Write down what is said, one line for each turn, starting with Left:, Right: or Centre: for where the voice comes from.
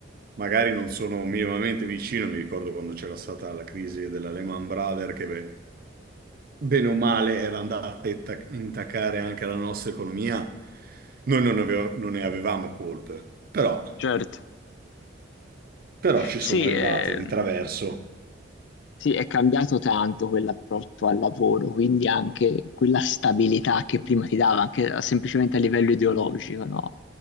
Right: magari non sono minimamente vicino. Mi ricordo quando c'era stata la crisi della Lehman Brothers, che beh, bene o male era andata a intac- intaccare anche la nostra economia, noi non, aveva- non ne avevamo colpe, però,
Left: certo.
Right: però ci
Left: Sì,
Right: sono arrivate
Left: ehm,
Right: di traverso.
Left: Sì, è cambiato tanto quell'approccio al lavoro, quindi anche quella stabilità che prima ti dava, anche a- semplicemente a livello ideologico, no?